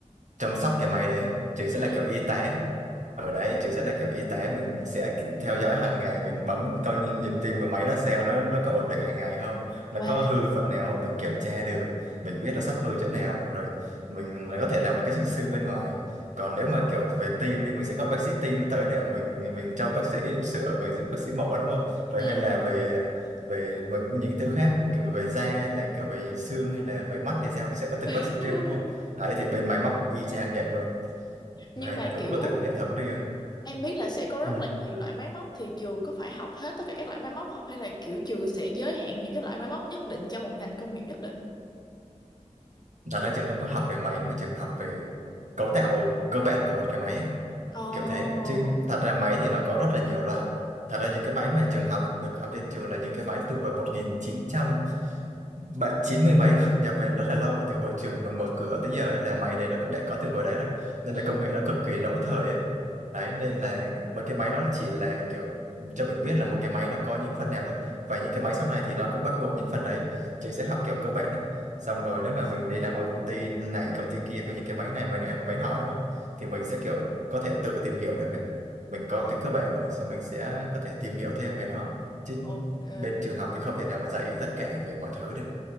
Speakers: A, on the right; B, on the left.
A: chăm sóc cái máy đấy. Trường
B: Ừ.
A: sẽ là kiểu y tá ở đấy chứ sẽ là kiểu y tế mình sẽ theo dõi hàng ngày mình bấm coi nhịp nhịp tim của máy nó sao nó nó có ổn định hàng ngày không nó
B: Wow.
A: có hư phần nào không mình kiểm tra được mình biết nó sắp hư chỗ nào rồi mình lại có thể làm một cái xương xương bên ngoài còn nếu mà kiểu về tim đi mình sẽ gọi bác sĩ tim tới để mình mình cho bác sĩ sửa mình giúp bác sĩ mổ đúng không rồi
B: Ừ.
A: hay là về về những những thứ khác kiểu về da hay là kiểu về xương hay là về mắt hay sao thì sẽ có từng
B: <laughs>
A: bác sĩ riêng đúng không đấy thì bên máy móc cũng y chang vậy luôn
B: Nhưng
A: đấy
B: mà
A: là cũng
B: kiểu
A: có từng cái hệ thống riêng
B: Em biết là sẽ có rất
A: Ừ.
B: là nhiều loại máy móc thì trường có phải học hết tất cả các loại máy móc không hay là kiểu trường sẽ giới hạn những cái loại máy móc nhất định cho một ngành công nghiệp nhất định?
A: Thật ra trường không có học về máy mà trường học về cấu tạo cơ bản của một cái máy ấy,
B: Ồ.
A: kiểu thế chứ thật ra máy thì nó có rất là nhiều loại thật ra những cái máy mà trường học được học trên trường là những cái máy từ hồi 1990 mấy cơ nhập về rất là lâu rồi từ hồi trường còn mở cửa tới giờ ấy, là máy đấy nó cũng đã có từ hồi đấy rồi nên
B: Ừ.
A: là công nghệ nó cực kỳ lỗi thời ấy. đấy nên là một cái máy nó chỉ là kiểu cho mình biết là một cái máy nó có những phần nào thôi và những cái máy sau này thì nó cũng bao gồm những phần đấy trường sẽ học kiểu cơ bản đấy xong rồi nếu mà mình đi làm ở công ty này công ty kia có những cái máy này máy nọ máy nọ đúng không thì mình sẽ kiểu có thể tự tìm hiểu được ấy. mình có
B: Ờ,
A: cái cơ bản rồi xong mình sẽ có thể tìm hiểu thêm về nó chứ
B: Ok.
A: bên trường học thì không thể nào mà dạy tất cả về mọi thứ được